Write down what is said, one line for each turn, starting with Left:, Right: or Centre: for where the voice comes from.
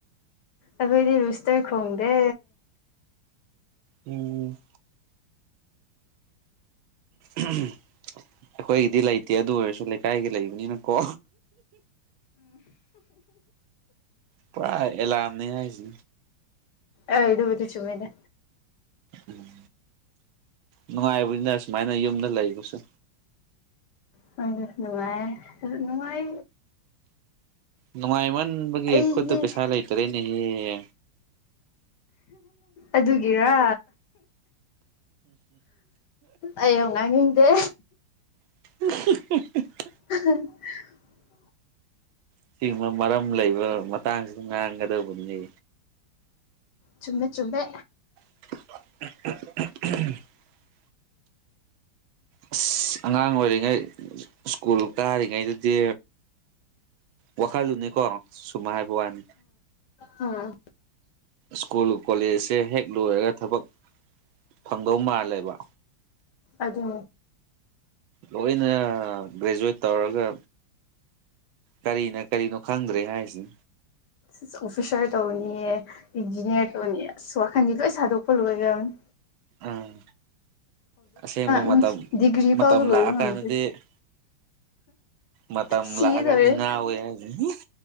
Left: ꯑꯗꯨꯗꯗꯤ ꯁꯇꯦꯛ ꯍꯣꯡꯗꯦ
Right: ꯎꯝ ꯎꯝ ꯑꯩꯈꯣꯏꯒꯤꯗꯤ ꯂꯩꯇꯦ ꯑꯗꯨ ꯑꯣꯏꯔꯁꯨ ꯂꯩꯀꯥꯏꯒꯤ ꯂꯩꯕꯅꯤꯅꯀꯣ ꯄꯨꯔꯥ ꯑꯦꯂꯥꯔꯝꯅꯦ ꯍꯥꯏꯁꯤ
Left: ꯑ ꯏꯗꯕꯨꯗꯤ ꯆꯃꯤꯗ
Right: ꯎꯝ ꯅꯨꯡꯉꯥꯏꯕꯅꯤꯅ ꯁꯨꯃꯥꯏꯅ ꯌꯨꯝꯗ ꯂꯩꯕꯁꯨ
Left: ꯍ ꯅꯨꯅꯨꯡꯉꯥꯏ ꯅꯨꯡꯉꯥꯏ
Right: ꯅꯨꯡꯉꯥꯏꯃꯟꯕꯒꯤ
Left: ꯑꯩꯗꯤ
Right: ꯈꯨꯠꯇ ꯄꯩꯁꯥ ꯂꯩꯇꯔꯦꯅꯦꯍꯦ
Left: ꯑꯗꯨꯒꯔ ꯑꯩ ꯑꯃꯨ ꯉꯥꯡꯅꯤꯡꯗꯦ
Right: <unintelligible>
Left: <unintelligible>
Right: ꯑꯁꯤꯒꯕ ꯃꯔꯝ ꯂꯩꯕ ꯃꯇꯥꯡꯁꯤꯁꯨ ꯉꯥꯡꯒꯗꯧꯕꯅꯤ
Left: ꯆꯨꯝꯃꯦ ꯆꯨꯝꯃꯦ
Right: ꯎ ꯑꯁ ꯑꯉꯥꯡ ꯑꯣꯏꯔꯤꯉꯩ ꯁ꯭ꯀꯨꯜ ꯀꯥꯔꯤꯉꯩꯗꯗꯤ ꯋꯥꯈꯜꯗꯨꯅꯤꯀꯣ ꯁꯨꯃꯥꯏ ꯍꯥꯏꯕ ꯋꯥꯅꯤ
Left: ꯑꯥ
Right: ꯁ꯭ꯀꯨꯜ ꯀꯣꯂꯦꯖꯁꯦ ꯍꯦꯛ ꯂꯣꯏꯔꯒ ꯊꯕꯛ ꯐꯪꯗꯧ ꯃꯥꯜꯂꯦꯕ
Left: ꯑꯗꯨ
Right: ꯂꯣꯏꯅ ꯒ꯭ꯔꯦꯖꯨꯋꯦꯠ ꯇꯧꯔꯒ ꯀꯔꯤꯅ ꯀꯔꯤꯅꯣ ꯈꯪꯗ꯭ꯔꯦ ꯍꯥꯏꯁꯤ
Left: ꯑꯁ ꯑꯣꯐꯤꯁꯥꯔ ꯇꯧꯅꯤꯌꯦ ꯏꯟꯖꯤꯅꯤꯌꯥꯔ ꯇꯧꯅꯤ ꯑꯁ ꯋꯥꯈꯟꯗꯤ ꯂꯣꯏ ꯁꯥꯗꯣꯛꯄ ꯂꯣꯏꯔꯕꯅꯤ
Right: ꯎꯝ ꯑꯁꯦꯡꯕ
Left: ꯎꯝ
Right: ꯃꯇꯝ
Left: ꯗꯤꯒ꯭ꯔꯤ
Right: ꯃꯇꯝ
Left: ꯐꯥꯎꯁꯨ ꯂꯣꯏꯕ
Right: ꯂꯥꯛꯑꯀꯥꯟꯗꯗꯤ
Left: ꯉꯝꯗ꯭ꯔꯤ
Right: ꯃ ꯃꯇꯝ
Left: ꯁꯤꯗꯧꯔꯦ
Right: ꯂꯥꯛꯒꯅꯤ ꯉꯅꯥ ꯑꯣꯏ ꯌꯥ <unintelligible>